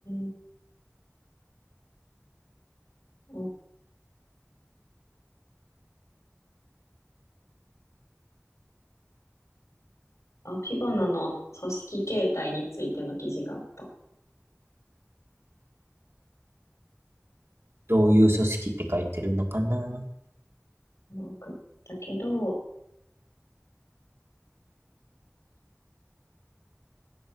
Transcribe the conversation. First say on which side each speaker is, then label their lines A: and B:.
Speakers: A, on the left; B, on the right.
A: ー、お、あ、フィボナの組織形態についての記事があった。
B: どういう組織って書いてるのかな
A: まあ送ったけど、